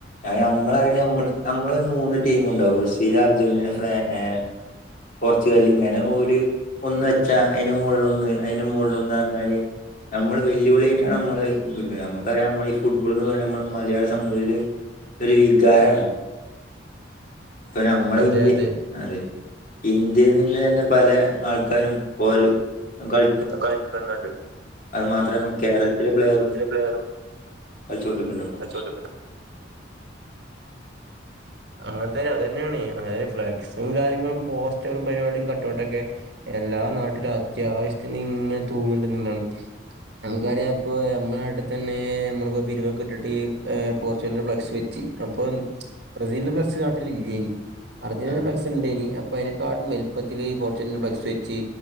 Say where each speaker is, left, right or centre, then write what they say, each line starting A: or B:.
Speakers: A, on the left (about 45°); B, on the right (about 60°).
A: അയ്ന നമ്മളറിണ നമ്മ്- നമ്മളൊരു മൂന്ന് ടീമുണ്ടാവും ബ്രസീൽ അർജന്റീന ഫാ ഇ ഹ പോർച്ചുഗലിങ്ങനെ ഓല് ഒന്ന് വെച്ച അതിന്റെ മുകളിൽ ഒന്ന് അതിന്റെ മോള്ലൊന്ന് -റഞ്ഞാല് നമ്മള് വെല്ലുവിളിയായിട്ടാണ് നമ്മള് ട്ക്ക്ണ്. നമ്മക്കറിയാ നമ്മൾ ഈ ഫുട്ബോൾ ന്ന് പറഞത് നമ്മള് മലയാളി സംബന്ധിച്ച് ഒരു വികാരാണ്
B: <inaudible>
A: ഇപ്പൊ നമ്മളെന്ത്യ-
B: അതെ അതെ
A: അതെ ഇന്ത്യയിൽ നിന്ന് തന്നെ പല ആൾക്കാരും ഒരു കൾ
B: കളിക്ക്ന്ന്ണ്ട്
A: അത് മാത്രല്ല - കേരളത്തിലെ പ്ലെയറും
B: പ്ലെയറും
A: കളിച്ചോണ്ടിക്ക്ണ്ട്പ്പൊ
B: വെച്ചോണ്ടിരിക്കുന്നത് <inaudible> അങ്ങൻതന്നെ അതന്നെയാണ് അതായത് ഫ്ല് ക്സും കാര്യങ്ങളും പോസ്റ്ററും പരിപാടിയും കട്ടൗട്ടൊക്കെ എല്ലാ നാട്ടിലും അത്യാവശ്യത്തിനിങ്ങന തൂങ്ങ്ണ്ട്ന്നാണ് നമുക്കറിയാം ഇപ്പ നമ്മുടെ നാട്ട്തന്നെ നമ്മളിപ്പോ പിരിവൊക്കെ ഇട്ടിട്ട് പോർച്ചുഗലിന്റെ ഫ്ലക്സ് വെച്ച് അപ്പൊ ബ്രസീലന്റെ ഫ്ലക്സ് നാട്ടിലില്ല്യേനി അർജന്റീന
A: ആഹ്
B: ഫ്ലക്സ് ഉണ്ടേനി പ്പയ്നക്കാട്ടും വെൽപത്തില് പോർച്ച് കൽൻ്റെ ഫ്ലക്സ് വച്ച്